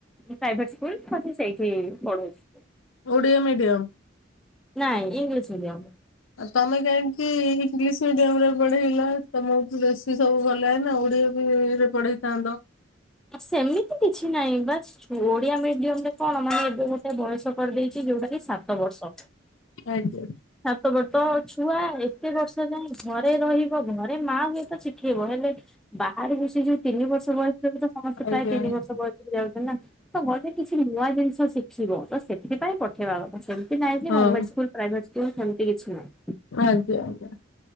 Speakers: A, in the centre; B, on the left.
A: ପ୍ରାଇଭେଟ ସ୍କୁଲ ତ ସିଏ ସେଇଠି ପଢୁଛି।
B: ଓଡ଼ିଆ ମିଡିୟମ?
A: ନାଇଁ ଇଂଲିଶ ମିଡିୟମ।
B: ଆଉ ତମେ କାହିଁକି ଇଂଲିଶ ମିଡିୟମ ରେ ପଢେଇଲ ତମକୁ ବେଶୀ ସବୁ ଭଲ ଲାଗେ ନା ଓଡିଆ ବି ଇଏରେ ପଢେଇଥାନ୍ତ।
A: ସେମିତି କିଛି ନାହିଁ ବା ଓଡିଆ ମିଡିୟମ ରେ କଣ ମାନେ ଏବେ ଗୋଟେ ବୟସ କରିଦେଇ ଚି ଯୋଉଟା କି ସାତ ବର୍ଷ।
B: ଆଜ୍ଞା
A: ସାତ ବର୍ଷ ଛୁଆ ଏତେ ବର୍ଷ ଯାଏ ଘରେ ରହିବ ଘ ରେ ମାଆ ହୁଏ ତ ଶିଖେଇବ ହେଲେ ବାହାରେବି ସେ ଯୋଉ ତିନି ବର୍ଷ ବୟସ ରେ ତ ପ୍ରାୟେ
B: ଆଜ୍ଞା
A: ତିନି ବର୍ଷ ବୟସରୁ ଯାଉଚନ୍ତି ନା ତ ଗଲେ କିଛି ନୂଆ ଜିନିଷ ଶି ଖିବ ତ ସେଥିପାଇଁ ପଠେଇବା ତ ସେ ମିତି ନାଇଁ ଯେ
B: ହଁ
A: ଗମେଣ୍ଟ ସ୍କୁଲ ପ୍ରାଇଭେଟ ସ୍କୁଲ ସେମତି କିଛି ନାହିଁ।
B: ଆଜ୍ଞା ଆଜ୍ଞା।